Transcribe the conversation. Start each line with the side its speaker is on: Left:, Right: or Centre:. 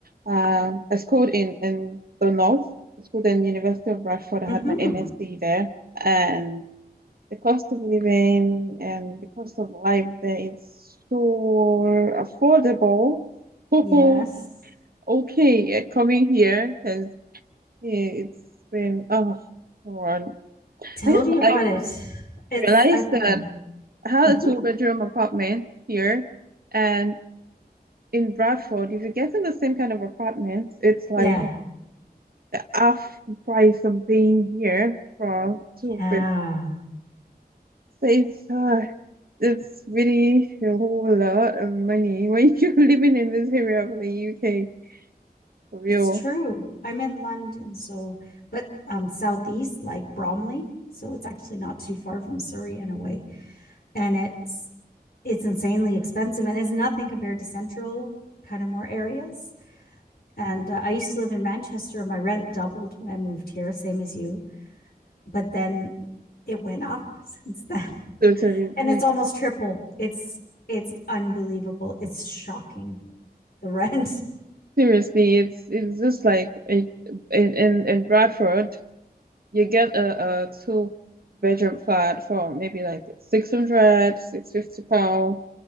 Right: um, I schooled in in the north. I schooled in University of Bradford. I
Left: Mm-hmm.
Right: had my MSc there, and. the cost of living and the cost of life there is so affordable. <laughs> So
Left: Yes.
Right: okay, uh, coming here because it's been oh, come on.
Left: Tell
Right: I guess
Left: me about
Right: I
Left: it. It's
Right: realized
Left: I've
Right: that
Left: um,
Right: I had
Left: uh-huh.
Right: a two bedroom apartment here, and in Bradford, if you get in the same kind of apartments, it's like
Left: Yeah.
Right: half the price I'm paying here for two
Left: Yeah.
Right: bedroom. It's uh, it's really a whole lot of money <laughs> when you're living in this area of the UK for real.
Left: It's true. I'm in London, so but um southeast like Bromley, so it's actually not too far from Surrey in a way. And it's it's insanely expensive and is nothing compared to central kind of more areas. And uh, I used to live in Manchester. My rent doubled when I moved here, same as you. But then it went up since then.
Right: Totally,
Left: <laughs> and
Right: We-
Left: it's almost triple. It's it's unbelievable. It's shocking the rent. <laughs>
Right: seriously, it's it's just like in in in in Bradford, you get a, a two bedroom flat for maybe like six hundred six fifty pound.